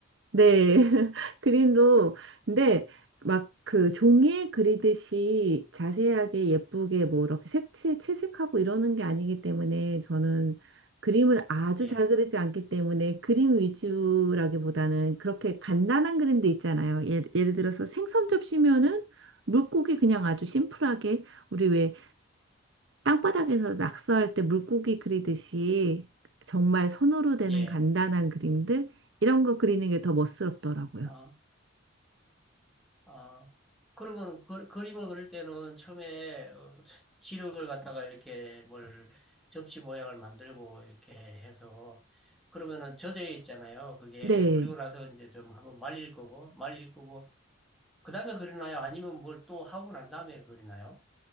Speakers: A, on the right; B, in the centre.
A: 네, <laughs> 그림도, 근데 막 그 종이에 그리듯이 자세하게 예쁘게 뭐 이렇게 색채 채색하고 이러는 게 아니기 때문에 저는 그림을 아주
B: 예.
A: 잘 그리지 않기 때문에 그림 위주라기보다는 그렇게 간단한 그림도 있잖아요. 예를, 예를 들어서 생선 접시면은 물고기 그냥 아주 심플하게 우리 왜 땅바닥에서 낙서할 때 물고기 그리듯이 정말 손으로 되는
B: 예.
A: 간단한 그림들 이런 거 그리는 게 더 멋스럽더라고요.
B: 어, 어. 그러면 그, 그림을 그릴 때는 처음에 어, 지력을 갖다가 이렇게 뭘 접시 모양을 만들고 이렇게 해서 그러면은 젖어 있잖아요. 그게
A: 네.
B: 그리고 나서 이제 좀 한번 말릴 거고 말릴 거고 그다음에 그리나요? 아니면 뭘 또 하고 난 다음에 그리나요?